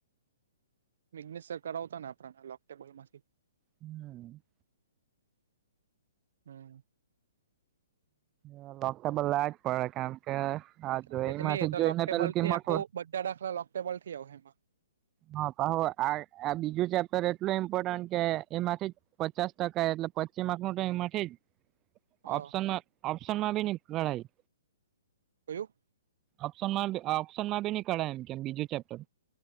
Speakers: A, on the right (about 65°); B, on the right (about 25°).
A: મિગનેશ સર કરાવતા ને આપડા ને લોકટેબલ માંથી
B: હમ્મ.
A: હમ્મ.
B: આ લોગ ટેબલ લાએજ પડે કારણ કે હા
A: કેમ
B: જો
A: કે
B: એમાંથી
A: ની
B: જોઈને
A: લોકટેબલ
B: પેલું
A: થી
B: કિંમત
A: આખું બધા દાખલા લોકટેબલ થી આવે એમાં.
B: હા પાહો આ બીજું ચેપ્ટર એટલું ઇમ્પોર્ટન્ટ કે એમાંથી પચાસ ટકા એટલે પચી માર્ક નુ ટઈ એમાં થી જ
A: હા
B: ઓપ્શનમાં હોય ઓપ્શનમાંબી નહી ગણાય.
A: એવું
B: ઓપ્શનમાન અહ ઓપ્શનમાં બી નહી કઠાય એમ કેમ બીજું ચેપ્ટર.